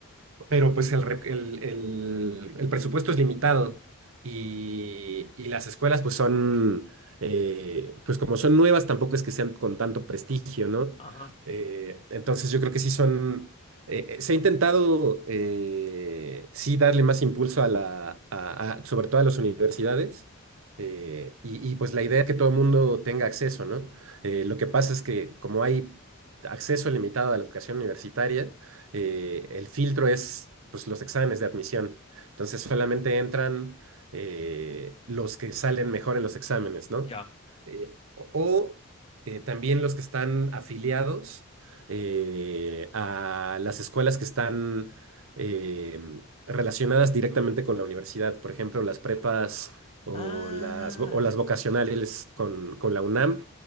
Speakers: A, on the right (about 65°); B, on the left (about 25°).
A: pero pues el, re- el, el- el presupuesto es limitado y, y las escuelas pues son, eh, pues como son nuevas, tampoco es que sean con tanto prestigio, ¿no?
B: ajá,
A: Eh, entonces yo creo que sí son, eh, eh, se ha intentado eh, sí darle más impulso a la, a- a- sobre todo a las universidades. eh, y, y, pues la idea es que todo el mundo tenga acceso, ¿no? Eh, lo que pasa es que como hay acceso limitado a la educación universitaria, eh, el filtro es pues, los exámenes de admisión. Entonces solamente entran eh, los que salen mejor en los exámenes, ¿no?
B: ya.
A: Eh, o o, eh, también los que están afiliados eh, a las escuelas que están eh, relacionadas directamente con la universidad, por ejemplo, las prepas o
B: Ah,
A: las, vo- o las
B: ya,
A: vocacionales con, con la UNAM